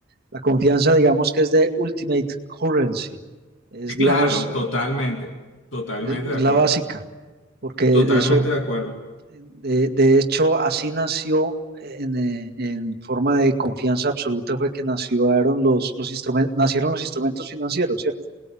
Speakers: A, on the right (about 55°); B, on the left (about 70°).
A: la confianza, digamos, que es de ultimate currency, es,
B: <laughs>
A: digamos,
B: Claro, totalmente, totalmente
A: eh,
B: de
A: la
B: acuerdo,
A: básica, porque
B: totalmente
A: de eso,
B: de acuerdo.
A: de, de hecho, así nació. En, eh, en forma de confianza absoluta fue que nacieron los, los instrumentos, nacieron los instrumentos financieros, ¿cierto?